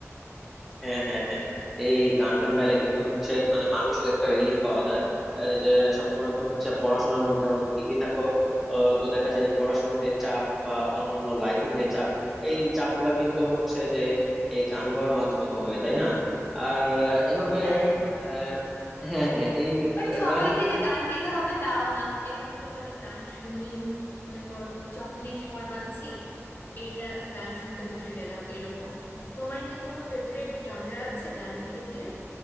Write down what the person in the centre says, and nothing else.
হ্যাঁ হ্যাঁ হ্যাঁ এই গান টান গাইলে কিন্তু হচ্ছে মানে মানসিক একটা রিলিফ পাওয়া যায় আহ, যে সবসময় তো হচ্ছে পড়াশোনার মধ্যে অনেক বিজি থাকো আহ, তো দেখা যায় যে পড়াশোনার যে চাপ বা অন্যান্য লাইফের যে চাপ এই চাপ গুলা কিন্তু হচ্ছে যে এই গান গাওয়ার মাধ্যমে কমে তাই না আর আহ, এভাবে
আহ, হ্যাঁ হ্যাঁ এই
গান